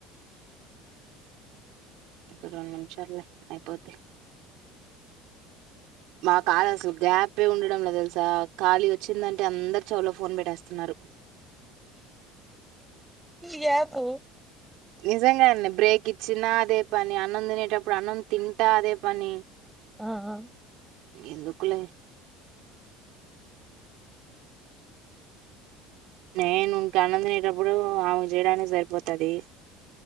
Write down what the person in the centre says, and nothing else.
యాపు
ఆ ఆ